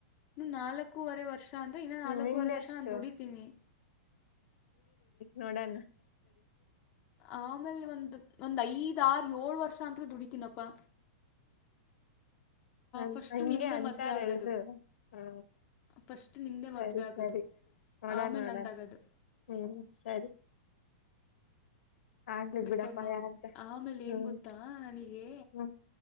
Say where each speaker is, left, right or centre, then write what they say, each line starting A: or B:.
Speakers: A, on the left; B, on the left.
A: ಇ ನಾಲ್ಕೂವರೆ ವರ್ಷ ಅಂದ್ರೆ ಇನ್ನ
B: ಹ್ಮ್
A: ನಾಲ್ಕೂವರೆ
B: ನಿಂದೆಷ್ಟು
A: ವರ್ಷ ನಾು ದುಡಿತೀನಿ
B: ನೋಡಣ
A: ಆಮೇಲೆ ಒಂದು ಒಂದ್ ಐದ ಏಳ್ ವರ್ಷ ಅಂತತ್ೂ <unintelligible> ದುಡಿತೀನಪ್ಪಾ
B: ಹ್ಮ್
A: ಫಸ್ಟು ನಿಂದೆ
B: ಹಗೆ ಅಂತಾರ
A: ಮದುವೆ ಆಗೋದು
B: ಎಲ್ರು ಹಾ
A: ಫಸ್ಟ್ ನಿಂದೆ
B: ಸರಿ
A: ಮದುವೆ
B: ಸರಿ
A: ಆಗೋದು
B: ನೋಡಣ
A: ಆಮೇಲೆ
B: ನೋಡಣ
A: ನಂದಾಗೋದು
B: ಹ್ಮ್ ಸರಿ ಆಗ್ಲಿ
A: ಬೇಕಾರ್
B: ಬಿಡಪ್ಪ
A: ನೋಡ್
B: ಯಾರ್ದ
A: ಆಮೇಲೆ
B: ಹ್ಮ್
A: ಹೆಂಗ ಗೊತ್ತಾ ನನಗೆ
B: ಹ್ಮ್